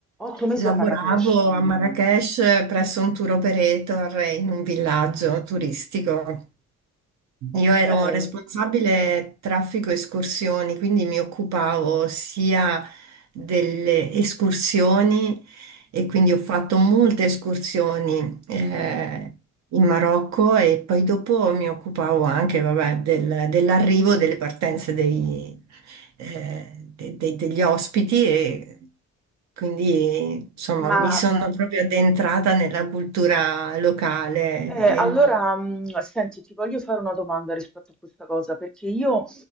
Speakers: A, in the centre; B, on the right.
A: 8 mesi
B: Lavoravo
A: a Marrakech,
B: a
A: mamma
B: Marrakech
A: mia.
B: presso un tour operator in un villaggio turistico.
A: Okay.
B: Io ero responsabile traffico escursioni, quindi mi occupavo sia delle escursioni e quindi ho fatto molte escursioni eh, in Marocco e poi dopo mi occupavo anche, vabbè, del- dell'arrivo, delle partenze dei- eh, de- de- degli ospiti e quindi insomma
A: M ma
B: mi sono proprio addentrata nella cultura locale.
A: Eh, allora, mh, senti, ti voglio fare una domanda rispetto a questa cosa, perché io